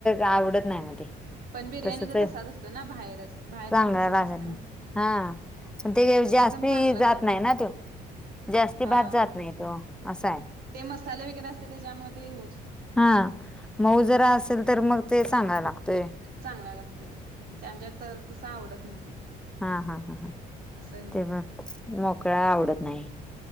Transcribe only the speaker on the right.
पण बिर्याणीच
आता साध ना बाहेरच बाहेर
पण तसच
असते
चांगला
लागत
हा
ते मसाले वगैरे असते त्याच्यामध्ये हो
चांगला लागतय ते आमच्यात तर तस आवडत नाही ते
असं हे
करत
हा.